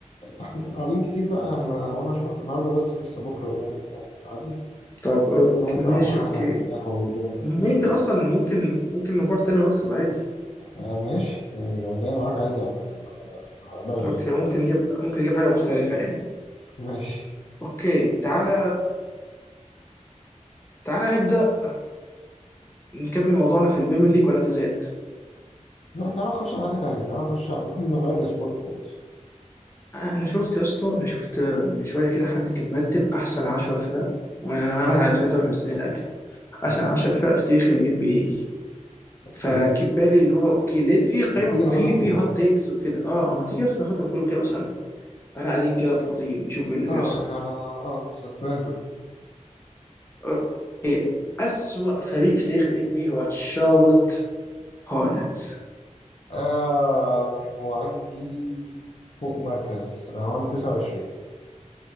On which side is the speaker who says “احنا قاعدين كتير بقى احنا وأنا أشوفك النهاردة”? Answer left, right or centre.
Left